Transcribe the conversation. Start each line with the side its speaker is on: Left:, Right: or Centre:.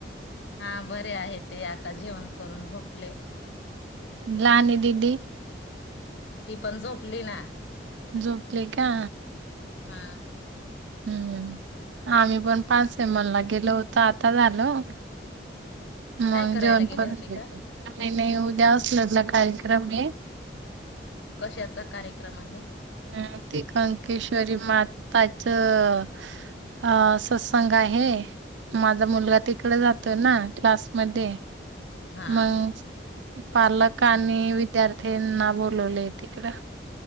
Left: हा बरे आहे ते आता जेवण करून झोपले
Right: लहानी दीदी
Left: ती पण झोपली ना
Right: झोपले का
Left: हा
Right: हम्म आम्ही पण पाच से मनला गेलो होत आता झालं मग
Left: काय करायला
Right: जेवण
Left: गेले
Right: काही
Left: होते का?
Right: नाही उद्या असलला कार्यक्रम आहे
Left: कशाचा कार्यक्रम आहे
Right: अ ती कंकेश्वरी म त्याच अ सत्संग आहे माझा मुलगा तिकडे जातो ना क्लासमध्येध्ये
Left: हा.
Right: मग पालक आणि विद्यार्थ्यांना बोलवले तिकडं